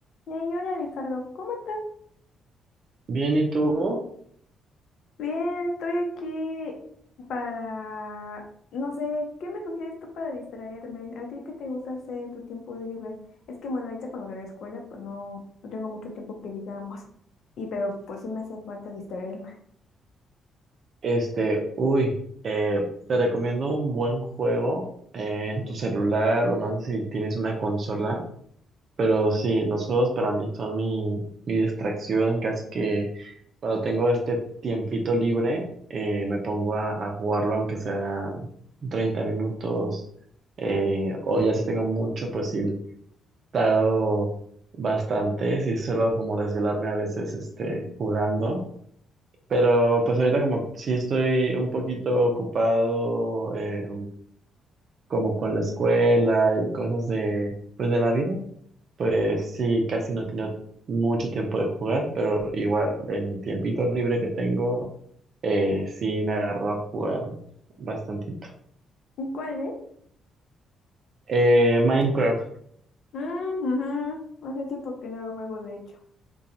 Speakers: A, on the left (about 70°); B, on the right (about 55°).
A: Y ahí, hola Ricardo, ¿cómo estás?
B: Bien, ¿y tú?
A: Bien, estoy aquí para, no sé, ¿qué me sugieres tú para distraerme? ¿A ti qué te gusta hacer en tus tiempos libres? Es que bueno, ahorita con lo de la escuela, pues no, no tengo mucho tiempo que digamos, y pero pues sí me hace falta distraerme.
B: Este, uy, eh, te recomiendo un buen juego eh, en tu celular o no sé si tienes una consola, pero sí, los juegos para mí son mi, mi distracción, casi que cuando tengo este tiempito libre eh, me pongo a, a jugarlo aunque sea treinta minutos eh, o ya si tengo mucho, pues sí, tardo bastante, sí suelo como desvelarme a veces este, jugando. Pero pues ahorita como sí estoy un poquito ocupado eh, como con la escuela y cosas de pues de la vida, pues sí, casi no he tenido mucho tiempo de jugar, pero igual en mi tiempito libre que tengo, eh, sí me agarro a jugar bastantito.
A: ¿Y ¿Cuál es?
B: Eh, Minecraft,
A: Mm, ujú. Hace tiempo que no lo juego, de hecho.